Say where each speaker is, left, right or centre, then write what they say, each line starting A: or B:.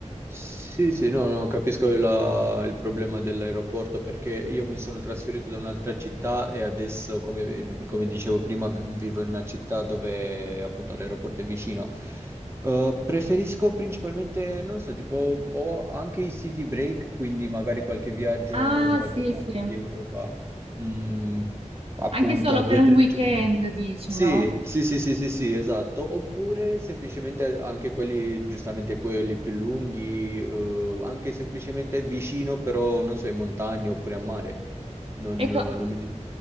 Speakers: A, on the right; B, on the right.
A: Sì, sì, no, no, capisco la- il problema dell'aeroporto perché io mi sono trasferito da un'altra città e adesso, come, come dicevo prima, vivo in una città dove appunto l'aeroporto è vicino. Eh, preferisco principalmente, non so, tipo ho anche i city break, quindi magari qualche viaggio
B: Ah,
A: in qualche
B: sì,
A: parte
B: sì,
A: di Europa, mm, appunto
B: anche solo
A: due
B: per un
A: o tre
B: weekend,
A: giorni.
B: dici,
A: Sì,
B: no?
A: sì, sì, sì, sì, sì, esatto. Oppure semplicemente anche quelli, giustamente quelli più lunghi, eh, anche semplicemente vicino, però non so, in montagna oppure a mare. Non,
B: Ecco,
A: non mi dico.